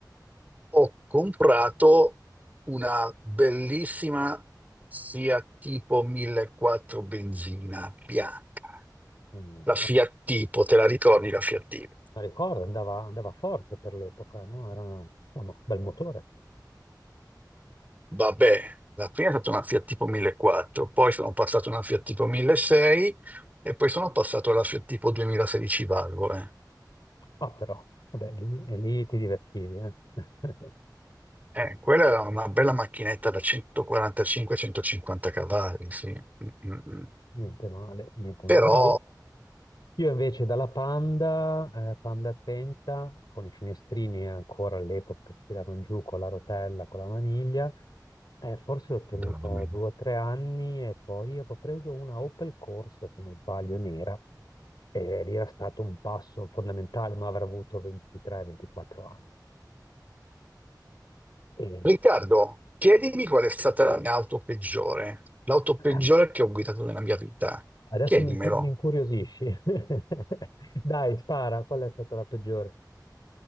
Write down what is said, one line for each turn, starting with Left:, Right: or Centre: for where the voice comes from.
Right: ho comprato una bellissima Fiat Tipo 1400 benzina bianca.
Left: Mm,
Right: La
Left: ah,
Right: Fiat Tipo, te la ricordi la Fiat Tipo?
Left: Ma ricordo, andava, andava forte per l'epoca, no? Era un bel motore.
Right: Vabbè, la prima è stata una Fiat Tipo 1400, poi sono passato a una Fiat Tipo 1600 e poi sono passato alla Fiat Tipo 2016 valvole.
Left: Ah, però, vabbè, lì, e lì ti divertivi, eh? <laughs>
Right: Eh, Eh, quella era una bella macchinetta da 145-150 cavalli, sì. Mm, mm, mm.
Left: Niente male, niente
Right: Però...
Left: male. No, Io invece dalla Panda, eh, Panda 30, con i finestrini ancora all'epoca che si tiravano giù con la rotella, con la maniglia, eh, forse l'ho tenuta
Right: Madonna mia.
Left: due o tre anni e poi avevo preso una Opel Corsa, se non sbaglio, nera, e lì era stato un passo fondamentale, ma avrà avuto 23-24 anni. E,
Right: Riccardo, chiedimi qual è stata la mia auto peggiore, l'auto peggiore
Left: eh,
Right: che ho guidato nella mia vita.
Left: adesso
Right: Chiedimelo.
Left: mi, incu- mi incuriosisci. <laughs> Dai, spara, qual è stata la peggiore?